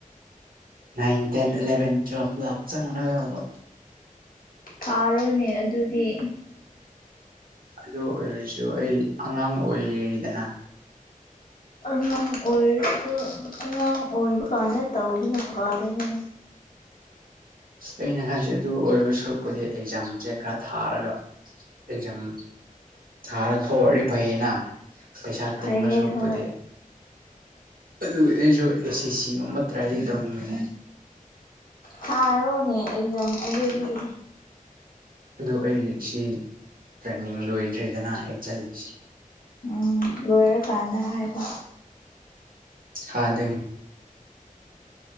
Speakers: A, on the right; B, on the left.
A: ꯅꯥꯏꯟ ꯇꯦꯟ ꯏꯂꯕꯦꯟ ꯇꯨꯌꯦꯜꯄ ꯂꯥꯛ ꯆꯥꯡꯂꯗꯧꯕ
B: ꯊꯥꯔꯣꯅꯦ ꯑꯗꯨꯗꯤ
A: ꯑꯗꯨ ꯑꯣꯏꯔꯁꯨ ꯑꯩ ꯑꯉꯥꯡ ꯑꯣꯏꯔꯤꯔꯤꯗꯅ
B: ꯑꯉꯥꯡ ꯑꯣꯏꯔꯁꯨ ꯑꯉꯥꯡ ꯑꯣꯏꯕ ꯀꯥꯟꯗ ꯇꯧꯕꯅ ꯐꯥꯔꯦꯅꯦ
A: ꯑꯩꯅ ꯍꯥꯏꯖꯦ ꯑꯗꯨ ꯑꯣꯏꯗꯨꯏ ꯁꯔꯨꯛꯄꯨꯗꯤ ꯑꯦꯛꯖꯥꯝꯁꯦ ꯈꯔ ꯊꯥꯔꯒ ꯑꯦꯛꯖꯥꯝ ꯊꯥ ꯊꯣꯛꯂꯗꯤ ꯐꯩꯌꯦꯅ ꯄꯩꯁꯥ
B: ꯐꯩꯌꯦ
A: ꯇꯤꯡꯕ ꯁꯔꯨꯛꯄꯨꯗꯤ
B: ꯍꯣꯏ
A: ꯑꯗꯨ ꯑꯩꯁꯨ ꯑꯦ ꯁꯤ ꯁꯤꯒꯨꯝꯕ ꯇ꯭ꯔꯥꯏꯗꯤ ꯇꯧꯅꯤꯡꯕꯅꯦ
B: ꯊꯥꯔꯣꯅꯦ ꯑꯦꯀꯖꯥꯝ ꯑꯗꯨꯗꯤ
A: ꯑꯗꯣ ꯑꯩ ꯁꯤ ꯇ꯭ꯔꯦꯟꯅꯤꯡ ꯂꯣꯏꯗ꯭ꯔꯦꯗꯅ ꯑꯩ ꯆꯜꯂꯤꯁꯤ
B: ꯎꯝ ꯂꯣꯏꯔ ꯀꯥꯟꯗ ꯍꯥꯏꯕ
A: ꯊꯗꯨꯏꯅꯦ